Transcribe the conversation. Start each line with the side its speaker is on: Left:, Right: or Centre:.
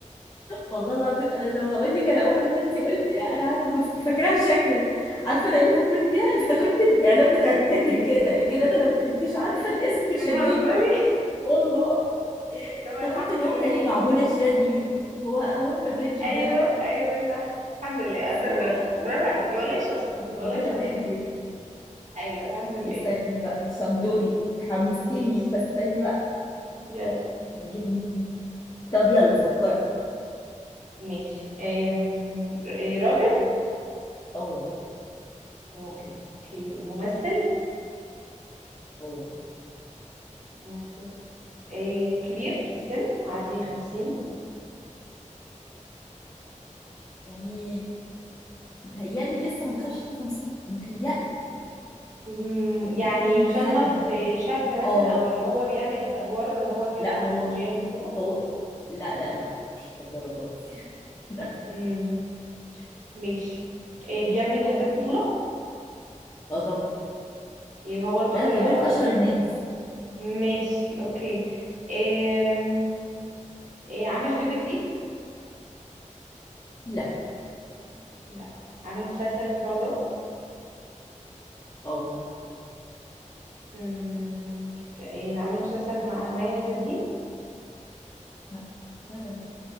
Left: والله العظيم انا لو هقول لك انا اول ما انت قلتي انا قاعده بفت- فاكراها شكلا عارفه انا إيه اللي فكرني بيها انا افتكرت الاعلان بتاع التتر كده لكن انا لو كنتش عارفه الاسم
Right: بتهزري
Left: مش هجيبه <laughs> والله
Right: طب
Left: افتكرت
Right: الحمد
Left: ان هو
Right: لله
Left: متهيألي مع منى الشاذلي هو هو في الرينج
Right: ايوه
Left: ده
Right: ايوه صح الحمد لله قدر
Left: صح
Right: ولا تقدر.
Left: آه.
Right: برافو عليكي والله شاطره
Left: رب-
Right: والله
Left: ربنا
Right: شاطره
Left: بيحبني
Right: ايوه الحمد لله
Left: استني بقى شندوري تحمستيني
Right: ماشي
Left: فاستني بقى
Right: يلا
Left: نجيب مين طب يلا فكرت
Right: ماشي أم... ر- إيه، راجل
Left: اه
Right: راجل اوكي ممثل
Left: اه
Right: ممثل إيه كبير في السن عادي خمسين
Left: يعني متهيألي لسه ما دخلش ال 50 متهيألي
Right: مم،
Left: هو
Right: يعني
Left: ممكن يكون
Right: يصنف
Left: دخلها
Right: شاب مثلا
Left: اه
Right: او اللي هو بيعمل ادوار هو كده
Left: لا
Right: الجين
Left: هو
Right: وكده
Left: هو لا لا لا مش للدرجه دي <laughs> لا
Right: امم ماشي إيه بيعمل حاجات بطولة
Left: اه طبعا
Right: يعني هو البطل
Left: لا انا جايبه
Right: الاول
Left: لك اشهر
Right: في الم...
Left: الناس
Right: ماشي اوكي إيه إيه عامل فيلم جديد
Left: لا
Right: لا عامل مسلسل في رمضان
Left: اه
Right: امم إيه عامل مسلسل مع مي عز الدين
Left: لا لا لا لا.